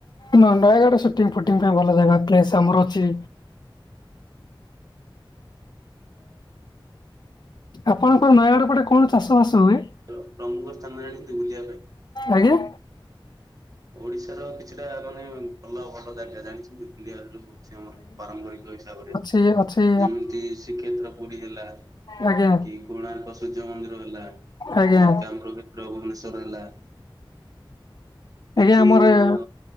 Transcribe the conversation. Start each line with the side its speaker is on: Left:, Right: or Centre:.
Left: ନୟାଗଡ ସୁଟିଂ ଫୁଟିଂ ପାଇଁ ଭଲ ଜାଗା ପ୍ଲେସ୍ ଅଛି। ତମର ଅଛି ଆପଣଙ୍କର ନୟାଗଡ ପଟେ କଣ ଚାଷ ବାସ ହୁଏ?
Right: ପ୍ର ପ୍ରମୁଖ ସ୍ଥାନ ଆଣି ଦଗୁଲିବା ପାଇଁ।
Left: ଆଜ୍ଞା।
Right: ଓଡିଶାର କିଛି ଛିଟା ମାନେ ଭଲ ଭଲ ଜାଗା ଜାଣିଛନ୍ତି ବୁଲିବା ହଉଛି ଆମର ପାରମ୍ପରିକ ହିସାବରେ।
Left: ଏ ଗଛରେ
Right: ଯେମିତି ଶ୍ରୀକ୍ଷେତ୍ର ପୁରୀ ହେଲା।
Left: ଆଜ୍ଞା
Right: କି କୋଣାର୍କ ସୂର୍ଯ୍ୟ ମନ୍ଦିର ହେଲା
Left: ଆଜ୍ଞା
Right: କି ଏକାମ୍ର କ୍ଷେତ୍ର ଭୁବନେଶ୍ଵର ହେଲା କି
Left: ଆଜ୍ଞା
Right: ଚିଲିକା
Left: ଆମର ଏ
Right: ହ୍ରଦ।